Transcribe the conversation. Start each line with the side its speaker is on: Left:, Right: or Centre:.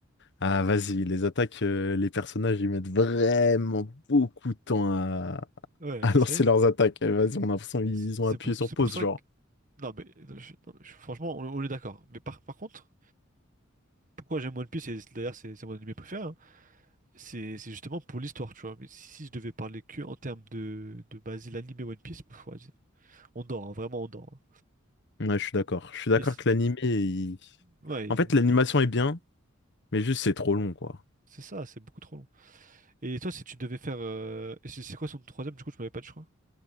Left: ah, vas-y, les attaques, euh, les personnages, ils mettent vraiment beaucoup de temps à
Right: Ouais,
Left: lancer
Right: ça y est.
Left: leurs attaques. Eh, Vas-y, on a l'impression qu'ils
Right: C'est c'est
Left: ont appuyé
Right: pour,
Left: sur
Right: c'est
Left: pause,
Right: pour ça
Left: genre.
Right: que. Non, mais non, je- non, je- franchement, on, on est d'accord. Mais par, par contre, pourquoi j'aime One Piece, et d'ailleurs, c'est c'est mon anime préféré, hein, c'est c'est justement pour l'histoire, tu vois. Mais si, si je devais parler que en termes de, de base, l'anime et One Piece, pff, vas-y. on dort, hein, vraiment, on dort. hein.
Left: Ouais, je suis d'accord. Je suis d'accord
Right: Et c'est-
Left: que l'animé, il-
Right: ouais.
Left: en fait, l'animation est bien, mais juste c'est trop long, quoi.
Right: C'est ça, c'est beaucoup trop long. Et toi, si tu devais faire. euh, et C'est c'est quoi son troisième, du coup, tu m'avais pas dit, je crois.